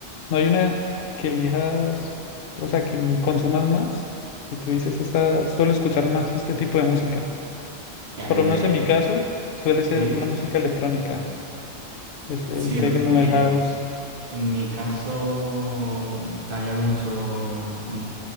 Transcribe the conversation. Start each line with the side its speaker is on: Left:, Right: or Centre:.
Left: No hay una que elijas, o sea, que consumas más, que tú dices, esta, suelo escuchar más este tipo de música.
Right: Eh,
Left: Por lo menos en mi caso, suele ser
Right: sí.
Left: la música electrónica, es el
Right: Sí,
Left: techno,
Right: en, en-
Left: el house,
Right: en mi caso estaría mucho mm,